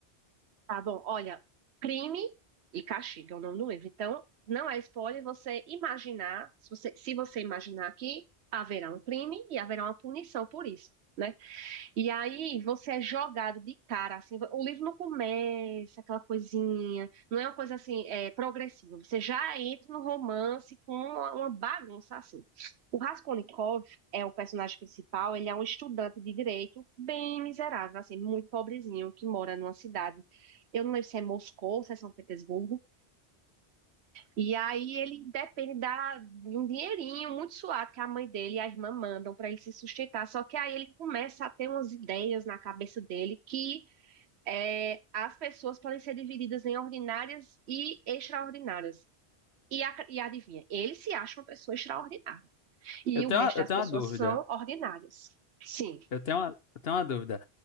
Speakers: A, on the right; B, on the left.
A: tá bom, olha, Crime e Castigo é o nome do livro. Então, não é spoiler você imaginar, se você, se você imaginar que haverá um crime e haverá uma punição por isso. né? E aí você é jogado de cara, assim, o livro não começa aquela coisinha, não é uma coisa assim, é, progressiva. Você já entra no romance com uma, uma bagunça assim. O Raskolnikov é o personagem principal, ele é um estudante de direito bem miserável, assim, muito pobrezinho, que mora numa cidade. Eu não lembro se é Moscou, se é São Petersburgo, e aí ele depende da, de um dinheirinho muito suado que a mãe dele e a irmã mandam para ele se sustentar. Só que aí ele começa a ter umas ideias na cabeça dele que é, as pessoas podem ser divididas em ordinárias e extraordinárias. E, a- e adivinha, ele se acha uma pessoa extraordinária. E
B: Eu tenho,
A: o resto
B: uma- eu
A: das
B: tenho
A: pessoas
B: uma dúvida.
A: são ordinárias. Sim,
B: Eu tenho uma, eu tenho uma dúvida.